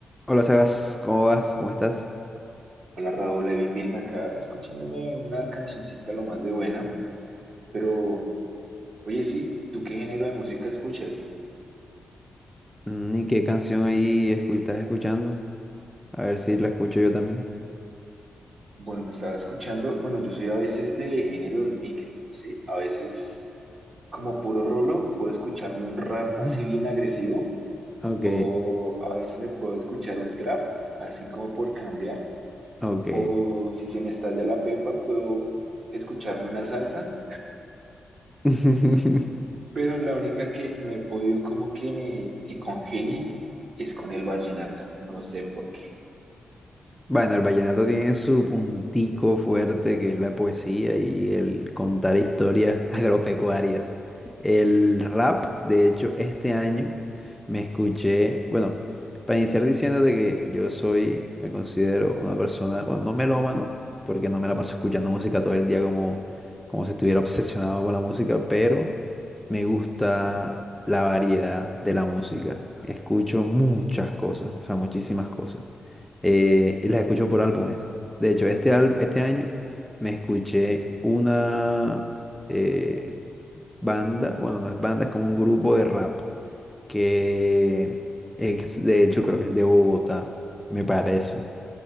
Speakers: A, in the centre; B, on the right (about 55°).
A: Hola Sebas, ¿cómo vas? ¿Cómo estás?
B: Hola Raúl, ahí bien, bien acá escuchándome una cancioncita lo más de buena, pero oye, sí, ¿tú qué género de música escuchas?
A: Mm, ¿Y qué canción ahí escu- estás escuchando? A ver si la escucho yo también.
B: Bueno, me estaba escuchando, bueno, yo soy a veces de géneros mixtos, ¿sí? A veces como puro rolo, puedo escucharme un rap
A: <laughs> Ujú.
B: así bien agresivo,
A: Ok,
B: o a veces me puedo escuchar un trap, así como por cambiar,
A: ok.
B: o si se me estalla la pepa, puedo escucharme una salsa
A: <laughs>
B: pero la única que no he podido como que me que congenie es con el vallenato, no sé por qué.
A: Bueno, el vallenato tiene su puntico fuerte, que es la poesía y el contar historias <laughs> agropecuarias. El rap, de hecho, este año me escuché, bueno, para iniciar diciéndote que yo soy, me considero una persona, bueno, no melómano, porque no me la paso escuchando música todo el día como, como si estuviera obsesionado con la música, pero me gusta la variedad de la música. Escucho muchas cosas, o sea, muchísimas cosas eh, y las escucho por álbumes. De hecho, este, al- este año me escuché una eh, banda, bueno, no es banda, es como un grupo de rap, que es- de hecho creo que es de Bogotá, me parece.